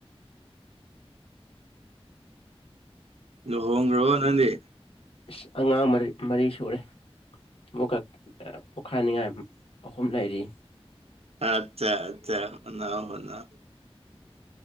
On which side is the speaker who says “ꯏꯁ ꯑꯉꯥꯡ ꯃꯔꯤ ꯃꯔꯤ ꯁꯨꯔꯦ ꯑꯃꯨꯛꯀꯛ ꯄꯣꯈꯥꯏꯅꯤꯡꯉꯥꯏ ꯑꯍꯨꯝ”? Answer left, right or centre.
Left